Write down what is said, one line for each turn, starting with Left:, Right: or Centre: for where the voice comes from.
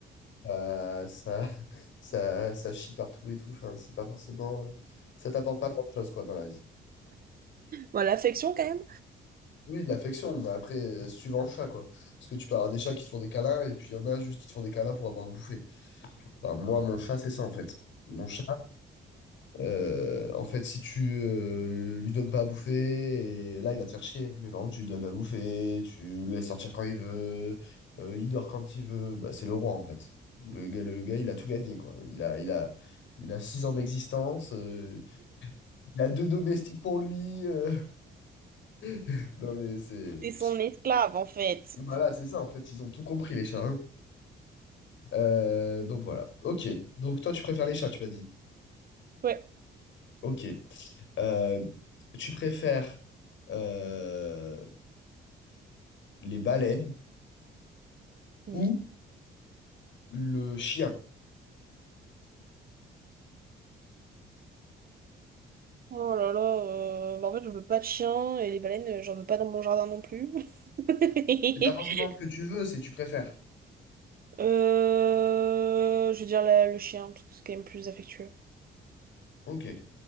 Left: euh, ça, <laughs> ça, ça chie partout et tout. Enfin, c'est pas forcément. Ça t'apporte pas grand-chose, quoi, dans la vie.
Right: Voilà, l'affection quand même.
Left: Oui, de l'affection, mais après, euh, suivant le chat, quoi. Parce que tu peux avoir des chats qui te font des câlins, et puis il y en a juste qui te font des câlins pour avoir bouffé. Enfin, moi, mon chat, c'est ça, en fait. Mon chat, euh, en fait, si tu euh, lui donnes pas à bouffer, et là, il va te faire chier. Mais par contre, tu lui donnes à bouffer, tu le laisses sortir quand il veut, euh, il dort quand il veut, bah, c'est le roi, en fait. Le gars, le gars, il a tout gagné, quoi. Il a, il a, il a six ans d'existence, euh, il a deux domestiques pour lui. euh. <laughs> Non, mais c'est...
Right: C'est son esclave, en fait.
Left: Voilà, c'est ça, en fait, ils ont tout compris, les chats. hein. Euh, donc voilà. Ok. Donc toi, tu préfères les chats, tu m'as dit.
Right: Ouais.
Left: Ok. Euh, tu préfères euh, les baleines
Right: Ok.
Left: ou le chien?
Right: Oh là là, euh, bah en fait, je veux pas de chien et les baleines, euh, j'en veux pas dans mon jardin non plus. <laughs>
Left: C'est pas forcément ce que tu veux, c'est tu préfères.
Right: Euh, je veux dire la- le chien, parce que c'est quand même plus affectueux.
Left: Ok.